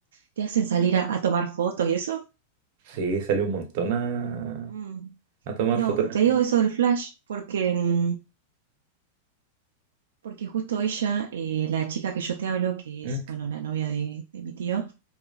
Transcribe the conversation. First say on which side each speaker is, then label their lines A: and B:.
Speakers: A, on the right; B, on the right.
A: te hacen salir a, a tomar fotos y eso?
B: sí, salió un montón a,
A: Mm.
B: a tomar
A: No,
B: fotografías.
A: te digo eso del flash porque mm, Porque justo ella, eh, la chica que yo te hablo, que
B: Mm.
A: es, bueno, la novia de, de mi tío,